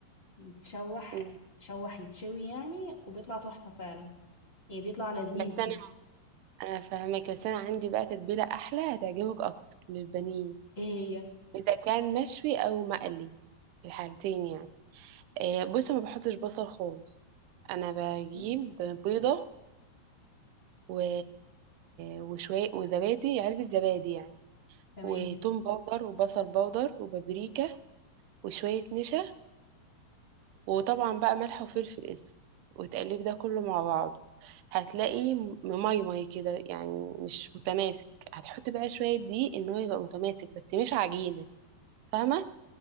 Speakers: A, on the left (about 25°); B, on the right (about 85°).
A: يتشوح
B: امم
A: يتشوح يتشوي يعني وبيطلع تحفة فعلا يعني بيطلع لذيذ
B: بس أنا أنا فاهمك بس أنا عندي بقى تتبيلة أحلى هتعجبك أكتر للبانيه
A: ايه
B: إذا كان مشوي أو مقلي في الحالتين يعني إيه بص ما بحطش بصل خالص أنا بجيب
A: هي
B: بيضة و... وشوية وزبادي علبة زبادي يعني
A: تمام
B: وتوم باودر وبصل باودر وبابريكا وشوية نشا وطبعا بقى ملح وفلفل اسود وتقلب ده كله مع بعضه هتلاقي مميمي كده يعني مش متماسك هتحط بقى شوية دقيق ان هو يبقى متماسك بس مش عجينة فاهمة